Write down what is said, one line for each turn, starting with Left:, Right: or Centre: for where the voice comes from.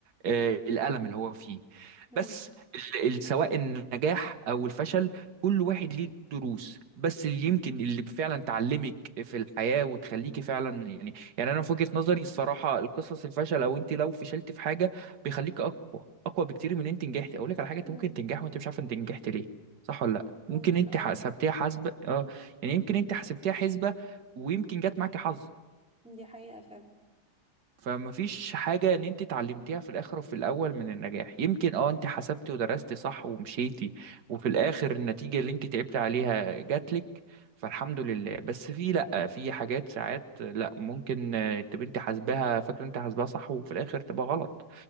Right: آه، الألم اللي هو فيه
Centre: مم.
Right: بس ال- ال- سواء النجاح أو الفشل كل واحد ليه دروس بس اللي يمكن اللي فعلا تعلمك في الحياة وتخليكي فعلا يعني يعني انا في وجهة نظري الصراحة القصص الفشل او انت لو فشلت في حاجة بيخليك اقوى اقوى بكتير من انت نجحت اقول لك على حاجة انت
Centre: مم.
Right: ممكن تنجح وانت مش عارف انت نجحت ليه صح ولا لا
Centre: ممكن
Right: ممكن انت
Centre: اه
Right: حسبتيها
Centre: صح
Right: حسبة اه يعني يمكن انت حسبتيها حسبة ويمكن جت معاكي حظ
Centre: دي حقيقة فعلا
Right: فما فيش حاجة ان انت اتعلمتيها في الاخر وفي الاول من النجاح يمكن اه انت حسبتي ودرستي صح ومشيتي وفي الاخر النتيجة اللي انت تعبتي عليها جاتلك فالحمد لله بس في لا في حاجات ساعات لا ممكن آه، تبقى انت حاسباها فاكرة انت حاسباها صح وفي الاخر تبقى غلط